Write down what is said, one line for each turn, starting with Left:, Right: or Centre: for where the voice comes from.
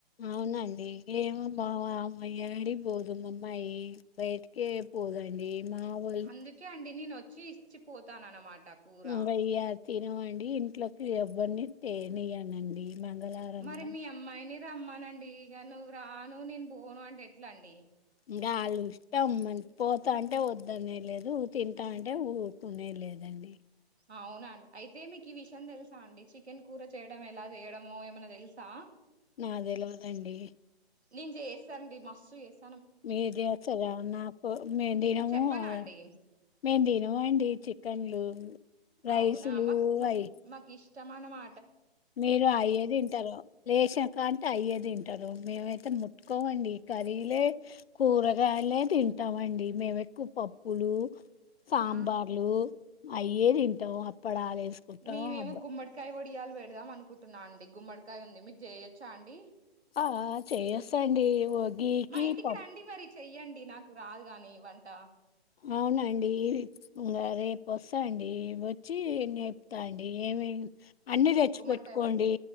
Left: అవునండి ఏమో బావ అమ్మ <unintelligible> పోదు మమ్మయి బయటికే పోదండి. మా వోళ్ళు
Right: అందుకే అండి నేను వ చ్చి ఇచ్చిపోతాను అనమా ట కూర.
Left: ఇంగ ఇగ తినమండి ఇంట్లో ఎవ్వరిని తేనీయనండి మంగళారం
Right: మరి
Left: కదా
Right: మీ అమ్మాయిని రమ్మనండి ఇగ నువ్వు రాను నేను పోను అంటే ఎట్లా అండి.
Left: ఇంగా ఆళ్ళ ఇష్టం. మన పోతాంటే వద్దనేది లేదు, తింటా అంటే ఊకునేది లేదండి.
Right: అవునాఅండి, అయితే మీకు ఈ విషయం తెలుసా అండి చికెన్ కూర చేయడం ఎలా చేయడమో ఏమన్నా తెలుసా.
Left: నాకు తెలవదండి.
Right: నేను చేస్తానండి మస్తు చేస్
Left: మీరు చేస్తరా నాకు మేము తినము.
Right: చెప్పనా
Left: ఆ
Right: అండి
Left: మేము తినమండి చికెన్లు. రైసులు
Right: అవునా మాకు మస్
Left: అయి
Right: మకి ఇష్ ష్టం అనమా
Left: మీరు అయ్యే తింటరు, లేచిన కానుంచి అయ్యేదింట టరు మేమైతే ముట్టుకోమండి. కర్రీలే కూరగాయలే తింటామండి. మేం ఎక్కువ పప్పులు, సాంబార్లు
Right: ఆ
Left: అయ్యే తింటాం. అ ప్పడాలేసుకుంటం
Right: మేమేమో
Left: అబ్బా
Right: గుమ్మడికాయ వడియాలు పెడదాం అనుకుంటున్నా అండి. గుమ్మడికాయ ఉంది మీకు చేయొచ్చా అండి.
Left: ఆ చేస్తాండి ఓ గీకి
Right: మా ఇంటికి
Left: పం
Right: రండి మరి చెయ్యండి నాకు రాదు గాని వంటా.
Left: అవునండి ఇంగా రేపు వస్తాండి వచ్చి నేరుపుతా అండి ఏమేం అన్నీ తెచ్చిపెట్టుకోండి.
Right: గుమ్మడ్కాయ వడియాలు